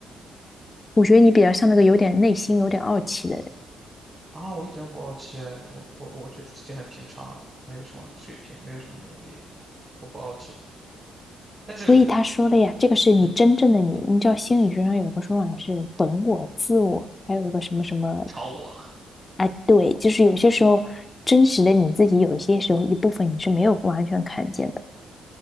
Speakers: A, on the left; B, on the right.
A: 我觉得你比较像那个有点内心有点傲气的人。
B: 啊，我一点都不傲气哎，我我我觉得自己很平常，没有什么水平，没有什么能力，我不傲气的。但是我，
A: 所以他说的呀，这个是你真正的你。
B: 嗯，
A: 你知道心理学上有个说法是本我、自我，还有一个什么什么，
B: 朝我。
A: 哎，对，就是有些时候真实的你自己，有些时候一部分你是没有完全看见的。